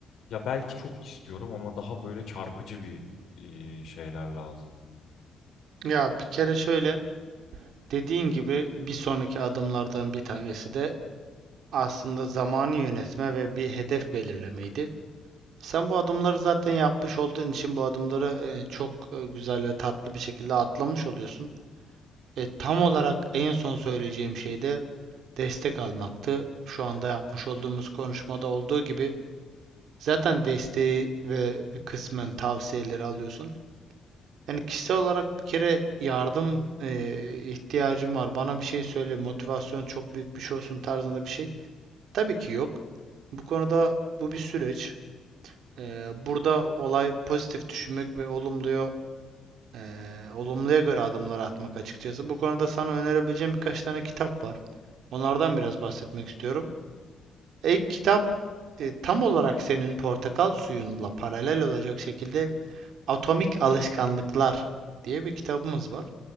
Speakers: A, on the left; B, on the right.
A: ya belki çok istiyorum ama daha böyle çarpıcı bir e, şeyler lazım.
B: Ya bir kere şöyle Dediğin gibi bir sonraki adımlardan bir tanesi de aslında zamanı yönetme ve bir hedef belirlemeydi. Sen bu adımları zaten yapmış olduğun için bu adımları e, çok e, güzel ve tatlı bir şekilde atlamış oluyorsun. E, tam olarak en son söyleyeceğim şey de destek almaktı. Şu anda yapmış olduğumuz konuşmada olduğu gibi zaten desteği ve kısmen tavsiyeleri alıyorsun. Yani kişisel olarak bir kere yardım eee, ihtiyacım var. Bana bir şey söyle, motivasyon çok büyük bir şey olsun tarzında bir şey. Tabii ki yok. Bu konuda bu bir süreç. Eee, burada olay pozitif düşünmek ve olumluya eee, olumluya göre adımlar atmak açıkçası. Bu konuda sana önerebileceğim birkaç tane kitap var. Onlardan biraz bahsetmek istiyorum. İlk kitap e, tam olarak senin portakal suyunla paralel olacak şekilde Atomik Alışkanlıklar diye bir kitabımız var.